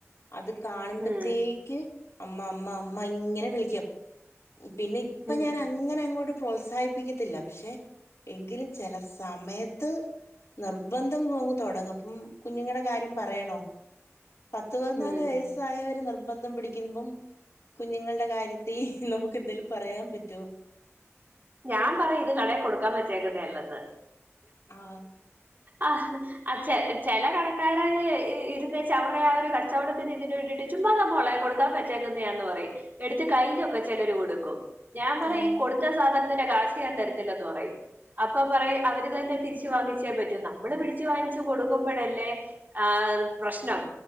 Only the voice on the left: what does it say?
അത് കാണുമ്പത്തേക്ക്
അമ്മ അമ്മ അമ്മ ഇങ്ങനെ വിളിക്കും പിന്നെ ഇപ്പ
ഞാൻ അങ്ങനെ അങ്ങോട്ട് പ്രോത്സാഹിപ്പിക്കത്തില്ല പക്ഷെ എങ്കിലും ചെല സമയത്ത് നിർബന്ധം കോങ്ങ് തൊടങ്ങും അപ്പം കുഞ്ഞുങ്ങടെ കാര്യം പറയണോ പത്ത് പത് നാല്
വയസ്സായവര് നിർബന്ധം പിടിക്കുമ്പം കുഞ്ഞ്ങ്ങൾടെ കാര്യത്തി നമുക്ക് എന്തേലും പറയാംപറ്റോ
ആഹ്
ആഹ്